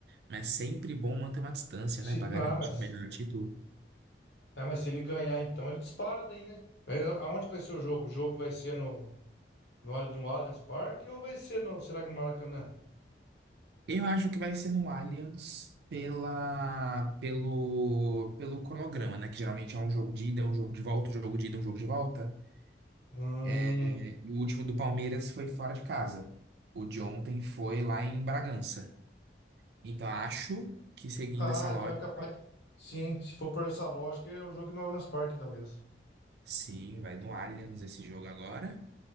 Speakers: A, on the right (about 65°); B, on the left (about 75°).
A: Mas sempre bom manter uma distância,
B: Se,
A: né, Pra garantir
B: ah, mas,
A: o melhor título.
B: ah, mas se ele ganhar, então ele dispara daí, né? É, aonde vai ser o jogo? O jogo vai ser no, no, Al- no Allianz Parque ou vai ser no. Será que no Maracanã?
A: Eu acho que vai ser no Allianz pela pelo pelo cronograma, né, que geralmente é um jogo de ida, um jogo de volta, um jogo de ida, um jogo de volta.
B: Hum.
A: É, e o último do Palmeiras foi fora de casa. O de ontem foi lá em Bragança. Então acho que seguindo
B: Ah,
A: essa lógica,
B: então é capaz de. Sim, se for por essa lógica, é o jogo no Allianz Parque, então mesmo.
A: sim, vai no Allianz esse jogo agora.